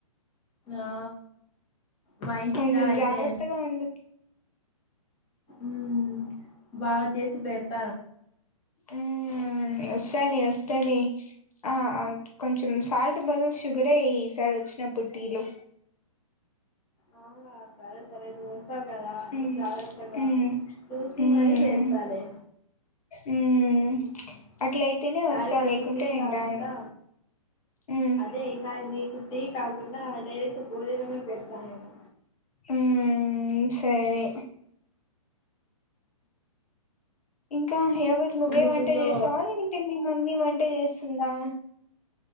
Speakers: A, on the left (about 25°); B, on the left (about 75°).
A: ఆ మా ఇంటికి
B: కొంచెం
A: రా అయితే
B: జాగ్రత్తగా ఉండు
A: మ్మ్ బాగా చేసి పెడత
B: మ్మ్ వస్తాలే వస్తాలే ఆ అ కొంచెం సాల్ట్ బదుల్ షుగరే వేయి ఈసారి వచ్చినప్పుడు టీ లో
A: అవునా సరే సరే నువ్వు వస్ తావ్ కదా అన్ని
B: ఉమ్
A: జాగ్రత్తగా
B: ఉమ్
A: చూసి
B: ఉమ్
A: మరీ వేస్తాలే
B: ఉమ్
A: ఉ
B: అట్లయితేనే
A: ఈసారి
B: వస్తా
A: మీకు
B: లేకుంటే
A: టీ
B: నేను
A: కాకుండా
B: రాను ఉమ్
A: అదే ఈ సారి మీకు టీ కాకుండా డైరెక్ట్ భోజనమే పెడతా నేను
B: హుమ్మ్ సరే ఇంకా ఎవరు నువ్వే
A: యూట్యూబ్
B: వంట
A: లో
B: చేసావా లేదంటే మీ మమ్మీ వంట చేస్ తుందా